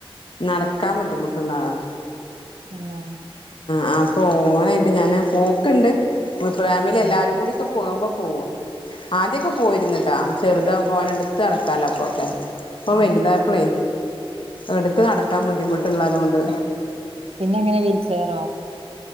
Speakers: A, on the left; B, on the right.
A: നടക്കാൻ ബുദ്ധിമുട്ടുള്ള ആളാ
B: തന്നെ
A: ആ അപ്പൊ ഓനായിട്ട് ഞാൻ പോക്ക്ണ്ട് ഫാമിലി
B: ഉം
A: എല്ലാരും കൂടി ഒക്കെ പോകുമ്പോ പോകും ആദ്യൊക്കെ പോയിരുന്ന് ട്ടാ ചെറുതാവമ്പോ ഓനെ എടുത്ത് നടക്കാലോ അപ്പൊക്കെ ഇപ്പം വലുതായപ്പളെ
B: ആഹ്
A: എടുത്ത് നടക്കാൻ ബുദ്ധിമുട്ടുള്ളതുകൊണ്ട്
B: പിന്നെ എങ്ങനെ വീൽചെയറോ